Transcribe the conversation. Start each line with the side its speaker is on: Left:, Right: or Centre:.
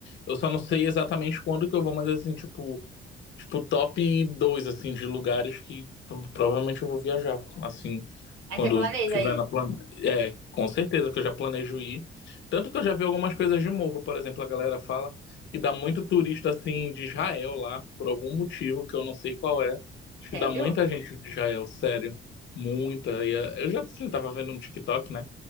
Left: eu só não sei exatamente quando que eu vou, mas assim, tipo, Tipo, top dois assim, de lugares que pro- provavelmente eu vou viajar, assim,
Right: Aí
Left: quando
Right: você planeja
Left: tiver
Right: aí.
Left: na plan... É, com certeza que eu já planejo ir. Tanto que eu já vi algumas coisas de morro, por exemplo, a galera fala que dá muito turista, assim, de Israel lá, por algum motivo que eu não sei qual é. Acho que
Right: Sério?
Left: dá muita gente de Israel, sério. Muita. E é- eu já, assim, tava vendo no TikTok, né?